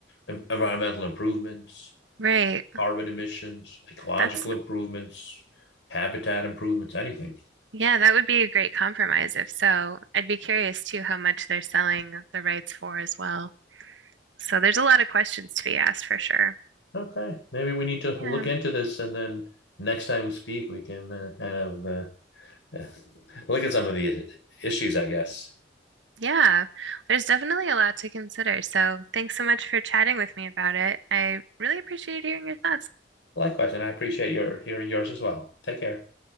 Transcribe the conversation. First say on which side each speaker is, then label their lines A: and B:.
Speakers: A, on the left; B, on the right.
A: uh, environmental improvements,
B: right.
A: carbon emissions, ecological
B: That's,
A: improvements, habitat improvements, anything?
B: yeah, that would be a great compromise if so. I'd be curious too how much they're selling the rights for as well. So there's a lot of questions to be asked for sure.
A: Okay, maybe we need to look
B: Yeah,
A: into this, and then next time we speak, we can uh, kind of. Uh, <laughs> look at some of the issues, I guess.
B: yeah, there's definitely a lot to consider. So thanks so much for chatting with me about it. I really appreciated hearing your thoughts.
A: Likewise, and I appreciate your hearing yours as well. Take care.